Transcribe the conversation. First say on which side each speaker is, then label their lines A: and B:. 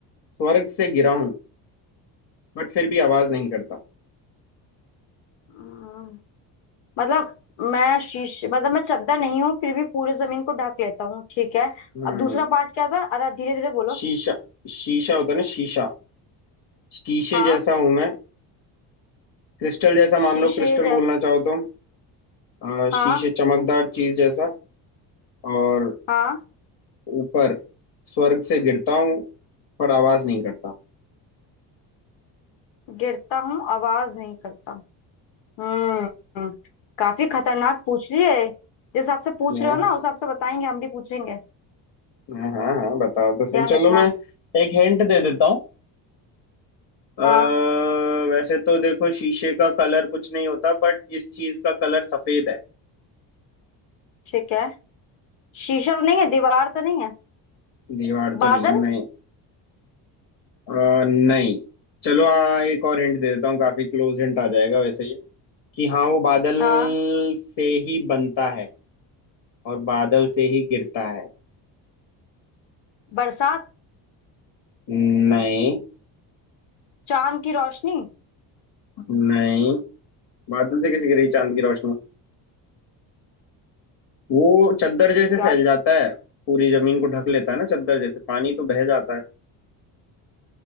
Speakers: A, on the left; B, on the left.
A: स्वर्ग से गिरा हूँ बट फिर भी आवाज नहीं करता
B: हम्म, मतलब मैं शीश मतलब मैं चद्दर नहीं हूँ फिर भी पूरे जमीन को ढक लेता हूँ ठीक है
A: हम्म
B: अब दूसरा पार्ट क्या था अरे धीरे धीरे बोलो
A: शीशा शीशा होता है ना शीशा शीशे
B: हाँ
A: जैसा हूं मैं क्रिस्टल जैसा
B: शीशे
A: मान लो क्रिस्टल
B: जैसे
A: बोलना चाहो तो अ,
B: हाँ
A: शीशे चमकदार चीज जैसा और
B: हाँ
A: ऊपर स्वर्ग से गिरता हूँ पर आवाज नहीं करता
B: गिरता हूँ आवाज नहीं करता हम्म हम्म, काफी खतरनाक पूछ लिए जिस हिसाब से पूछ
A: हाँ
B: रहे हो ना उस हिसाब से बताएंगे हम भी पूछेंगे
A: हाँ हाँ हाँ, बताओ तो सही
B: ध्यान
A: चलो
B: रखना
A: मैं एक हिंट दे देता हूँ अ,
B: हाँ
A: वैसे तो देखो शीशे का कलर कुछ नहीं होता बट इस चीज का कलर सफेद है
B: ठीक है शीशा तो नहीं है दीवार तो नहीं है
A: दीवार तो
B: बादल
A: नहीं है नहीं अ, नहीं चलो हाँ एक और हिंट दे देता हूँ काफी क्लोज हिंट आ जाएगा वैसे ये। कि हाँ वो बादल
B: हाँ
A: से ही बनता है और बादल से ही गिरता है
B: बरसात
A: नहीं
B: चांद की रोशनी
A: नहीं बादल से कैसे गिरी चांद की रोशनी वो चद्दर जैसे
B: यार
A: फैल जाता है पूरी जमीन को ढक लेता है ना चद्दर जैसे पानी तो बह जाता है